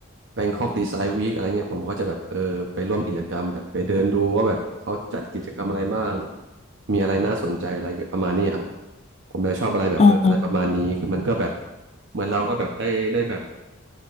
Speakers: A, on the right; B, on the left.
A: Bangkok Design Week อะไรเงี้ยผมก็จะแบบเออไปร่วมกิจกรรมแบบไปเดินดูว่าแบบเขาจัดกิจกรรมอะไรบ้างมีอะไรน่าสนใจอะไรประมาณนี้ครับผมจะชอบอะไรแบบเอออะไรประมาณนี้คือมันก็แบบ
B: อ๋อ
A: เหมือนเราก็แบบได้ได้แบบ